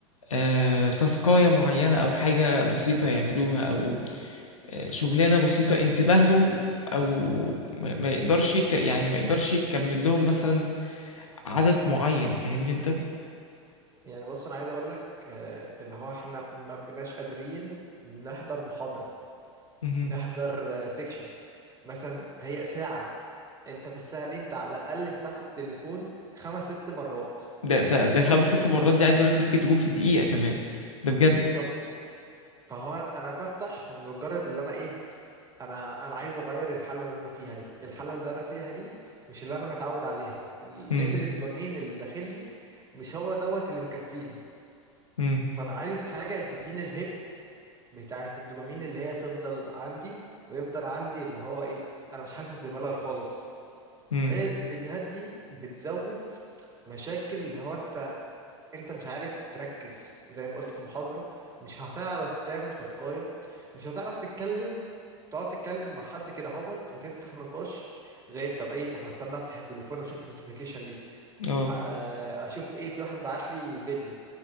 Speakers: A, on the left (about 85°); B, on the right (about 20°).
A: آه، تاسكاية معينة أو حاجة بسيطة يعملوها أو آه، شغلانة بسيطة انتباههم أو ما ما يقدرش يك- يعني ما يقدرش يكمل لهم مثلا عدد معين فاهمني أنت؟
B: يعني بص انا عايز اقول لك آه، اللي هو احنا ما بقيناش قادرين نحضر محاضرة
A: مهم.
B: نحضر سيكشن مثلا هي ساعة انت في الساعة دي انت على الأقل فتحت التليفون خمس ست مرات
A: ده ده ده
B: كل
A: خمس ست
B: م...
A: مرات دي عايز أقولك يمكن تكون في الدقيقة كمان ده
B: بالظبط
A: بجد
B: فهو انا بفتح لمجرد اللي انا ايه انا انا عايز اغير الحاله اللي انا فيها دي الحاله اللي انا فيها دي مش اللي انا متعود عليها الليفل
A: مم.
B: الدوبامين اللي داخل لي مش هو دوت اللي مكفيني
A: مم.
B: فانا عايز حاجه تديني الهيت بتاعه الدوبامين اللي هي تفضل عندي ويفضل عندي اللي هو ايه انا مش حاسس بملل خالص
A: مم.
B: وهي الفيديوهات دي بتزود مشاكل اللي هو انت انت مش عارف تركز زي ما قلت في محاضرة مش هتعرف تعمل تاسكاية مش هتعرف تتكلم تقعد تتكلم مع حد كده هوت وتفتح نقاش غير طب ايه طب ما استنى افتح التليفون اشوف النوتيفيكيشن دي
A: اه
B: ح- اشوف ايه في واحد بعت لي فيديو